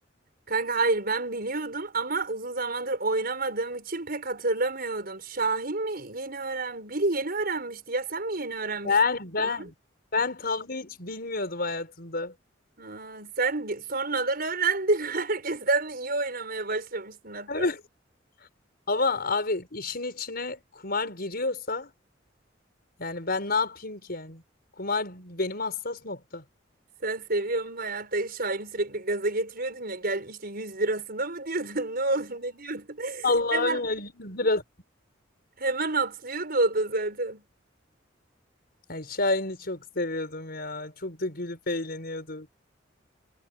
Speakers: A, on the right (about 50°); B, on the left (about 55°).
A: Kanka hayır ben biliyordum ama uzun zamandır oynamadığım için pek hatırlamıyordum. Şahin mi yeni öğren? Biri yeni öğrenmişti ya sen mi yeni öğrenmiştin?
B: Ben
A: Bana?
B: ben ben tavla hiç bilmiyordum hayatımda.
A: Ha, sen ge- sonradan öğrendin. <laughs> Herkesten de iyi oynamaya başlamıştın hatta.
B: <laughs> Evet. Ama abi işin içine kumar giriyorsa yani ben ne yapayım ki yani? Kumar benim hassas nokta.
A: Sen seviyorsun bayağı. Hatta Şahin'i sürekli gaza getiriyordun ya. Gel işte 100 lirasına mı diyordun? <laughs> Ne oldu? Ne diyordun?
B: Allah'ım
A: <laughs> Hemen
B: ya 100 lira.
A: hemen atlıyordu o da zaten.
B: Yani Şahin'i çok seviyordum ya. Çok da gülüp eğleniyorduk.